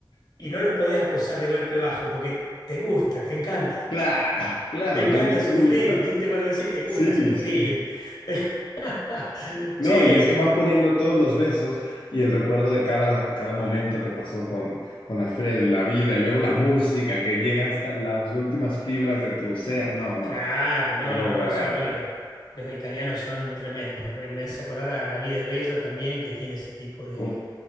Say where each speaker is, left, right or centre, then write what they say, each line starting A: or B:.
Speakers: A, on the left; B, on the left.
A: Y no los podés acusar de golpe bajo porque te gusta, te encanta.
B: claro,
A: <laughs>
B: claro,
A: Te encanta
B: lo disfrutas.
A: sufrir, ¿viste? Cuando decís te gusta
B: Sí,
A: sufrir.
B: sí.
A: <laughs>
B: No,
A: Che,
B: y es que
A: escuchá.
B: van poniendo todos los besos y el recuerdo de cada, cada momento que pasó con, con Alfredo y la vida, y luego la música que llega hasta las últimas fibras de tu ser. No, no,
A: Claro,
B: qué
A: no,
B: obra
A: no, no,
B: de
A: son,
B: arte.
A: no, los, los italianos son tremendos. Eh, Me hace acordar a La vida es bella también, que tiene ese tipo de...
B: Uf,